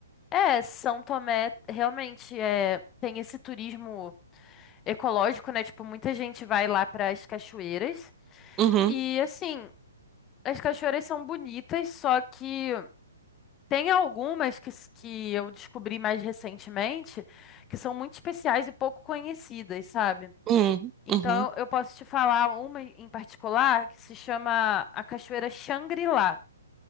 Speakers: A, on the left (about 20°); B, on the right (about 20°).
A: É, São Tomé realmente é, tem esse turismo ecológico, né? Tipo, muita gente vai lá para as cachoeiras
B: Uhum,
A: e assim, as cachoeiras são bonitas, só que Tem algumas que, s- que eu descobri mais recentemente que são muito especiais e pouco conhecidas, sabe?
B: uhum,
A: Então
B: uhum,
A: eu posso te falar uma em particular que se chama a Cachoeira Xangri-Lá.